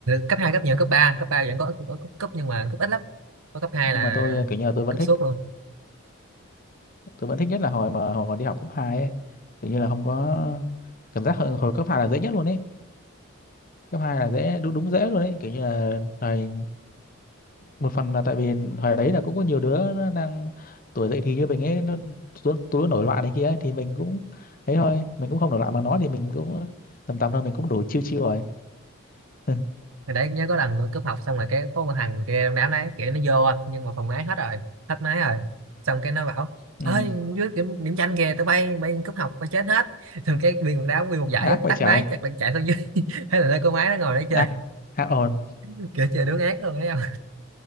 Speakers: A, on the right; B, on the left.
A: cấp hai cấp nhiều hơn cấp ba cấp 3 vẫn có, có, có cấp nhưng mà cấp ít lắm có cấp 2
B: nhưng
A: là
B: mà tôi ờ, kiểu như là tôi vẫn
A: cấp
B: thích
A: suốt luôn
B: tôi vẫn thích nhất là hồi mà hồi mà đi học cấp 2, ấy kiểu như là không có cảm giác hồi, hồi cấp 2 là dễ nhất luôn ấy cấp 2 là dễ đúng, đúng dễ luôn ấy kiểu như là thời một phần là tại vì hồi đấy là cũng có nhiều đứa nó đang tuổi dậy thì như mình ấy nó tụi tụi nó nổi loạn này kia ấy, thì mình cũng ấy thôi mình cũng không nổi loạn bằng nó thì mình cũng tầm tầm thôi mình cũng đủ chiêu chiêu rồi <laughs>
A: thì đấy nhớ có lần tôi cúp học xong rồi cái có một thằng kia trong đám đấy kiểu nó vô nhưng mà phòng máy hết rồi hết máy rồi xong cái nó bảo
B: ừ.
A: ơi dưới điểm, điểm danh kìa tụi bay bay cúp học bay chết hết <laughs> xong cái viên quần đám nguyên một giải
B: ác vậy
A: tắt
B: trời
A: máy chắc là chạy xuống dưới <laughs> thế là nơi cô máy nó ngồi đấy chơi
B: <laughs> ác ác ồn
A: <laughs> kiểu chơi đứng ác luôn đấy không